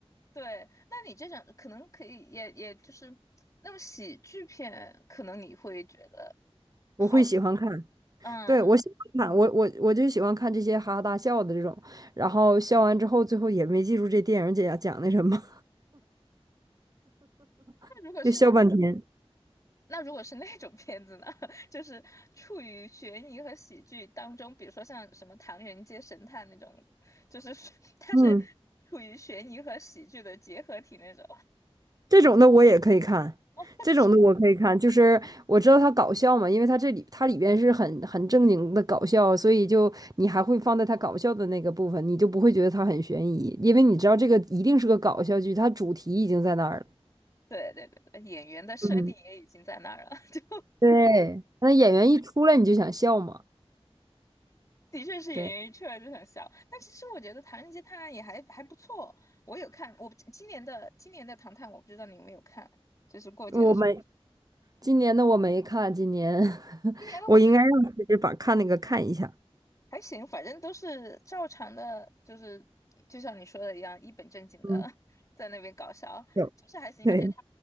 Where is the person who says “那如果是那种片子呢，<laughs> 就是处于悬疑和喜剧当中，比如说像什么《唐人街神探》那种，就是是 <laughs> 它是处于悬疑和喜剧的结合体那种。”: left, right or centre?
Left